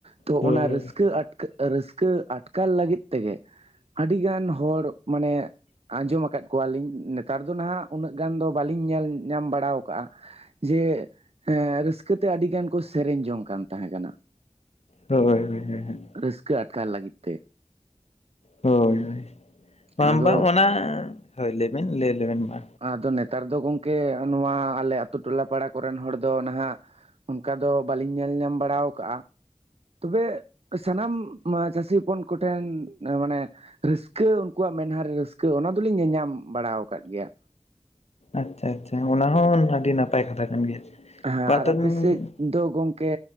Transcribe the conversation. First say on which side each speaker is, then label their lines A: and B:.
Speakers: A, on the right; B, on the left.
A: ᱛᱚ,
B: ᱦᱳᱭ
A: ᱚᱱᱟ ᱨᱟᱹᱥᱠᱟᱹ ᱨᱟᱹᱥᱠᱟᱹ ᱟᱴᱠᱟᱨ ᱞᱟᱹᱜᱤᱫ ᱛᱮᱜᱮ ᱟᱹᱰᱤ ᱜᱟᱱ ᱦᱚᱲ ᱢᱟᱱᱮ ᱟᱸᱡᱚᱢ ᱠᱟᱫ ᱠᱚᱣᱟ ᱞᱤᱧ ᱱᱮᱛᱟᱨ ᱫᱚ ᱱᱟᱦᱟᱜ ᱩᱱᱟᱹᱜ ᱜᱟᱱ ᱫᱚ ᱵᱟᱹᱞᱤᱧ ᱧᱮᱞ ᱧᱟᱢ ᱵᱟᱲᱟ ᱠᱟᱜ-ᱟ᱾ ᱡᱮ ᱦᱮᱸ ᱨᱟᱹᱥᱠᱟᱹᱛᱮ ᱟᱹᱰᱤ ᱜᱟᱱ ᱠᱚ ᱥᱮᱨᱮᱧ ᱡᱚᱝ ᱠᱟᱱ ᱛᱟᱦᱮᱸ ᱠᱟᱱᱟ
B: ᱦᱳᱭ ᱦᱳᱭ ᱦᱳᱭ
A: ᱨᱟᱹᱥᱠᱟᱹ ᱟᱴᱠᱟᱨ ᱞᱟᱹᱜᱤᱫ ᱛᱮ᱾
B: ᱦᱳᱭ ᱦᱳᱭ ᱵᱟᱝ
A: ᱟᱫᱚ
B: ᱵᱟ ᱚᱱᱟ ᱦᱳᱭ ᱞᱟᱹᱭ ᱵᱤᱱ ᱞᱟᱹᱭ ᱞᱮᱵᱮᱱ ᱢᱟ
A: ᱟᱫᱚ ᱱᱮᱛᱟᱨ ᱫᱚ ᱜᱚᱝᱠᱮ ᱱᱚᱣᱟ ᱟᱞᱮ ᱟᱛᱩ ᱴᱚᱞᱟ ᱯᱟᱲᱟ ᱠᱚᱨᱮᱱ ᱦᱚᱲ ᱫᱚ ᱱᱟᱦᱟᱜ ᱚᱱᱠᱟ ᱫᱚ ᱵᱟᱹᱞᱤᱧ ᱧᱮᱞ ᱧᱟᱢ ᱵᱟᱲᱟ ᱠᱟᱣ-ᱟ ᱛᱚᱵᱮ ᱥᱟᱱᱟᱢ ᱪᱟᱹᱥᱤ ᱦᱚᱯᱚᱱ ᱠᱚᱴᱷᱮᱱ ᱢᱟᱱᱮ ᱨᱟᱹᱥᱠᱟᱹ ᱩᱱᱠᱩᱣᱟᱜ ᱢᱮᱫᱦᱟ ᱨᱮ ᱨᱟᱹᱥᱠᱟᱹ, ᱚᱱᱟ ᱫᱚ ᱞᱤᱧ ᱧᱮᱧᱟᱢ ᱵᱟᱲᱟ ᱟᱠᱟᱫ ᱜᱮᱭᱟ᱾
B: ᱟᱪᱪᱷᱟ ᱟᱪᱪᱷᱟ ᱾ ᱚᱱᱟ ᱦᱚᱸ ᱟᱹᱰᱤ ᱱᱟᱯᱟᱭ ᱠᱟᱛᱷᱟ ᱠᱟᱱ ᱜᱮᱭᱟ᱾
A: ᱦᱮᱸ
B: ᱵᱟ
A: ᱟᱨ
B: ᱛᱚᱵᱮ
A: ᱟᱯᱮ ᱥᱮᱫ ᱫᱚ ᱜᱚᱝ ᱠᱮ